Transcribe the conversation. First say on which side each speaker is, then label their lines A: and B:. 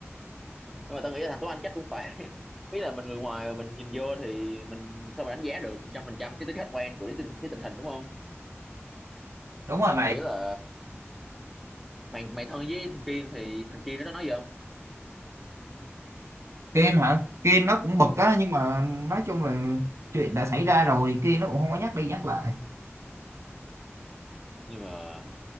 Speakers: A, in the centre; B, on the right.
A: nhưng mà tao nghĩ là thằng Tuấn Anh chắc cũng phải <laughs> ý là mình người ngoài mà mình nhìn vô thì mình sao mà đánh giá được trăm phần trăm cái tính khách quan của cái tình, cái tình hình đúng không
B: đúng rồi
A: tao
B: mày
A: nghĩ là mày mày thân với thằng Kiên thì thằng Kiên nó có nói gì không
B: Kiên hả Kiên nó cũng bực á nhưng mà nói chung là chuyện đã xảy ra rồi thì Kiên nó cũng không có nhắc đi nhắc lại
A: nhưng mà